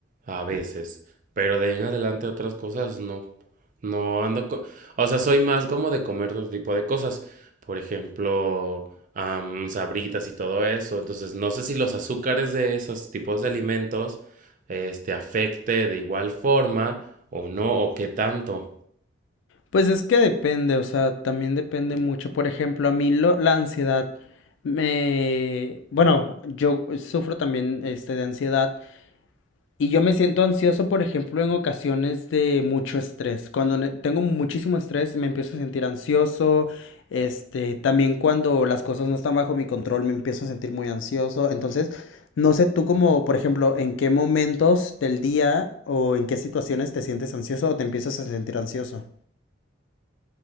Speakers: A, on the right; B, on the left.
A: a veces. Pero de ahí en adelante otras cosas no. No ando co- O sea, soy más como de comer otro tipo de cosas. Por ejemplo, am, sabritas y todo eso. Entonces, no sé si los azúcares de esos tipos de alimentos, este, afecte de igual forma o no, o qué tanto.
B: Pues es que depende, o sea, también depende mucho. Por ejemplo, a mí lo- la ansiedad me... Bueno, yo sufro también este, de ansiedad Y yo me siento ansioso, por ejemplo, en ocasiones de mucho estrés. Cuando ne- tengo muchísimo estrés, me empiezo a sentir ansioso. Este, también cuando las cosas no están bajo mi control, me empiezo a sentir muy ansioso. Entonces, no sé tú como, por ejemplo, en qué momentos del día o en qué situaciones te sientes ansioso o te empiezas a sentir ansioso.